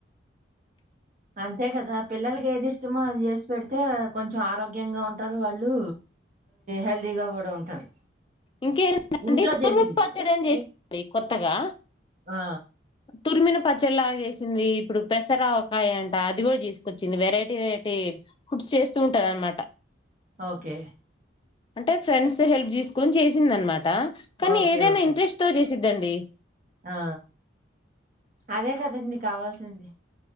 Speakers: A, on the right; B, on the left.
A: అంతే కదా పిల్లలకి ఏది ఇష్టమో అది చేసి పెడితే కొంచెం ఆరోగ్యంగా ఉంటారు వాళ్ళు హెల్దీగా కూడా ఉంటారు
B: ఇంకేండి
A: ఇంట్లో
B: తూర్ము
A: చేసినవి
B: పచ్చడి అని చేసింది
A: ఇ
B: కొత్తగా
A: ఆ
B: తురిమిన పచ్చడి లాగా చేసింది ఇప్పుడు పెసరవకాయ అంట అది కూడా చేసుకొచ్చింది వెరైటీ వెరైటీ ఫుడ్స్ చేస్తూ ఉంటది అనమాట
A: ఓకే
B: అంటే ఫ్రెండ్స్ హెల్ప్ చే సుకొని చేసింది అనమాట కానీ
A: ఓకే
B: ఏదైనా
A: ఓకే
B: ఇంట్రెస్ట్తో ద్దండి
A: ఆ అదే కదండి కావాల్సింది